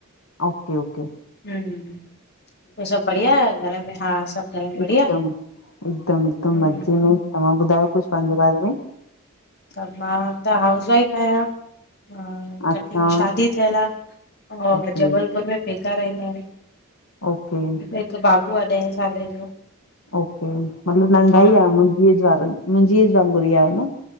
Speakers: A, on the left (about 85°); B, on the left (about 50°).
A: ओके, ओके
B: हम्म! ॿियो सभु बढ़िया आह घर में? हा सभु घर में बढ़िया
A: हिकदमि। हिकदमि! हिकदमि!
B: हम्म,
A: मज़े में तवां ॿुधायो कुझु पंहिंजे बारे में
B: त मां त हाउस वाइफ अयां। हा
A: अच्छा
B: कटनी मे शादी थियुल आ। अ
A: ओके
B: जबलपुर में पेका रहंदा आहिन।
A: ओके!
B: हिकु बाबू आ ॾहे साले जो।
A: ओके मतलब नंढा
B: और
A: ई आयन मुंहिंजी वार मुंहिंजे ऐज वारी गुडिया आहे न